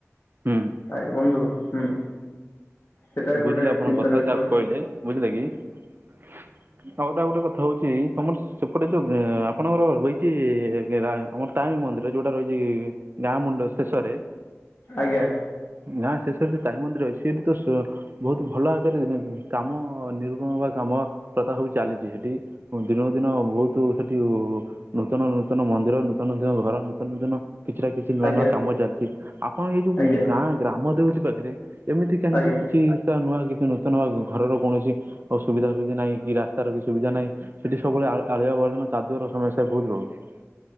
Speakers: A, on the right; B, on the left.
A: ହୁଁ।
B: ଆ ଏ ବନ୍ଧୁ ହୁଁ। ସେଟା ବି
A: ବୁଝିଲି
B: ଗୋଟେ
A: ଆପଣଙ୍କ
B: ଚିନ୍ତାର
A: କଥା
B: ବିଷୟ
A: ଯାହା କହିଲେ। ବୁଝିଲେ କି ଆଉ ଟା ଆଉ ଗୋଟେ କଥା ହଉଛି ତମର ସେପଟେ ଯଉଁ ଆ ଆପଣଙ୍କର ରହିଛି ଏ ରା ଆମର ତାରିଣୀ ମନ୍ଦିର ଯୋଉଟା ରହିଛି ଗାଁ ମୁଣ୍ଡ ଶେଷରେ।
B: ଆଜ୍ଞା।
A: ଗାଁ ଶେଷରେ ଯୋଉ ତାରିଣୀ ମନ୍ଦିର ଅଛି ସେଇଠି ସୁ ବହୁତ ଭଲ <unintelligible> କାମ ନିରୂପଣ ବା କାମ ପ୍ରଥା ସବୁ ଚାଲିଛି ସେଠି ଉଁ ଦିନ ଦିନ ବହୁତୁ ସେଠି ଉ ନୂତନ ନୂତନ ମନ୍ଦିର ନୂତନ ନୂତନ ଘର ନୂତନ ନୂତନ। କିଛି ଟା କିଛି ନୂଆ
B: ଆଜ୍ଞା
A: ନୂଆ କାମ ଚାଲିଛି ଆପଣ ଏଇ ଯୋଉଁ
B: ଆଜ୍ଞା
A: ଗାଁ ଗ୍ରାମ ଦେବତୀ ପାଖରେ। ଏମିତି କାହିଁକି
B: ଆଜ୍ଞା।
A: କିଛି ତ ନୂଆ କିଛି ନୂତନ ଆ ଘରର କୌଣସି। ଓ ସୁବିଧା ସୁବିଧି ନାହିଁ କି ରାସ୍ତାର କିଛି ସୁବିଧା ନାହିଁ। ସେଠି ସବୁବେଳେ ଆଳ ଆଳିଆ ଆବର୍ଜନା କାଦୁଅର ସମସ୍ୟା ବହୁତ ରହୁଛି।